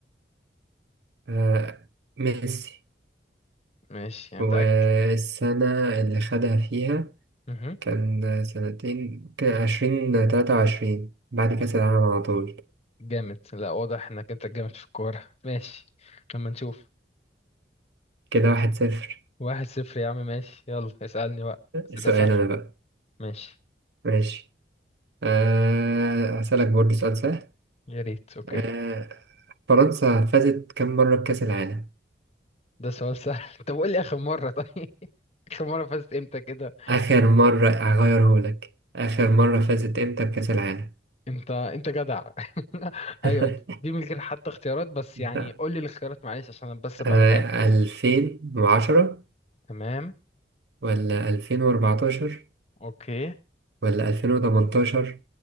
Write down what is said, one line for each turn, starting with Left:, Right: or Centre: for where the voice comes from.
Right: آه ميسي
Left: ماشي يعني
Right: والسنة
Left: متأكد
Right: اللي خدها فيها
Left: مهم.
Right: كان سنتين كان عشرين تلاتة وعشرين بعد
Left: لا.
Right: كأس العالم على طول
Left: جامد لا واضح انك انت جامد في الكورة ماشي لما نشوف
Right: كده واحد صفر
Left: واحد صفر يا عم ماشي يلا اسألني بقى بس
Right: سؤال
Left: ده سهل
Right: أنا بقى
Left: ماشي
Right: ماشي آه هسألك برضه سؤال سهل
Left: يا ريت اوكي
Right: آه فرنسا فازت كم مرة بكأس العالم؟
Left: ده سؤال سهل <laughs> طب قول لي اخر مرة طيب <laughs> اخر مرة فزت امتى كده
Right: آخر مرة هغيرهولك آخر مرة فازت إمتى بكأس العالم؟
Left: انت انت جدع <laughs>
Right: <laughs>
Left: ايوه دي من غير حتى اختيارات بس يعني
Right: لا.
Left: قول لي الاختيارات معلش عشان انا بس ابقى
Right: آه،
Left: متأكد
Right: ألفين وعشرة
Left: تمام
Right: ولا ألفين وأربعتاشر
Left: اوكي
Right: ولا ألفين وتمنتاشر